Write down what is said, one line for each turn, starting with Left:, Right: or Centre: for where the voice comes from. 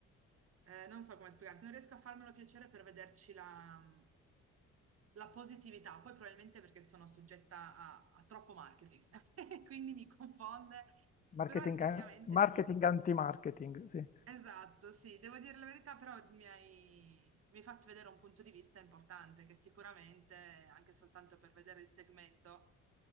Right: eh, non so come spiegarti, non riesco a farmelo piacere per vederci la, la positività, poi probabilmente perché sono soggetta a, a troppo marketing, <laughs> quindi mi confonde,
Left: Marketing,
Right: però effettivamente
Left: an- marketing
Right: sì.
Left: anti-marketing, sì.
Right: Esatto, sì, devo dire la verità, però mi hai, mi hai fatto vedere un punto di vista importante che sicuramente, anche soltanto per vedere il segmento,